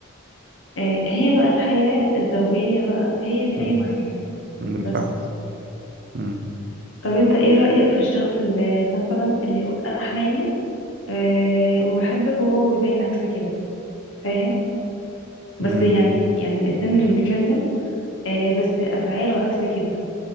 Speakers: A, on the left; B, on the right.
A: آه، هي بقى الحياة الزوجية بقى هي اللي
B: مم.
A: قايمة عليها
B: بالفعل
A: بس
B: مم.
A: طب انت ايه رأيك في الشخص اللي مثلا اللي يقول انا حنين آه، وبحبك وهو بيبين عكس كده فاهم
B: مم.
A: بس يعني يعني الانسان اللي بيتكلم آه، بس افعاله عكس كده